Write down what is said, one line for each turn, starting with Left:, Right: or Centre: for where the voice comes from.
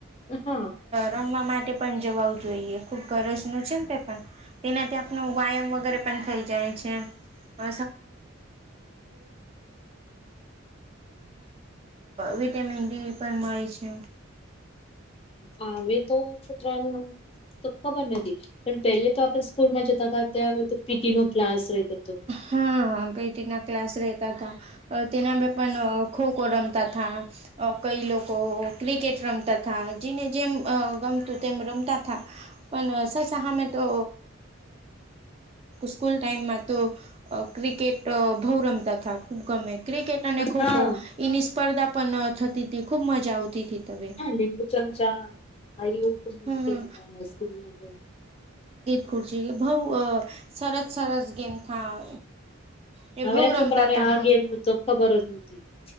Left: હા
Right: રમવા માટે પણ જવું જોઈએ ખૂબ ગરજનું છેને, તે પણ તેના થી આપનો વ્યાયામ વગેરે પણ થઈ જાય છે. <unintelligible> તે વિટામિન ડી પણ મળે છે.
Left: આવે તો છોકરાઓ તો ખબર નથી પણ પહેલે તો આપણે સ્કૂલમાં જતા હતા ત્યારે તો પીટી નો ક્લાસ રહેતો હતો.
Right: હા પેટી ના ક્લાસ રહેતા હતા. તેના પણ ખોખો રમતા હતા કઈ લોકો ક્રિકેટ રમતા હતા જેને જેમ ગમતું તેમ રમતા હતા. પણ સર સામે તો સ્કૂલ ટાઈમમાં તો ક્રિકેટ બહુ રમતા હતા ખુબ ગમે ક્રિકેટ અને ખોખો
Left: હા
Right: એની સ્પર્ધા પણ થતી હતી ખૂબ મજા આવતી હતી તમે
Left: લિંબુ ચમચા આહી ઉ <inaudible> ટું
Right: હમ
Left: કે ત સ્કૂલ મ
Right: ખુરસી બહુ અ સરસ સરસ ગેમ થા એ
Left: હવે
Right: બહુ
Left: ના
Right: રમતા
Left: છોકરાને
Right: તા
Left: આ ગેમ તો ખબર જ નથી હોતી.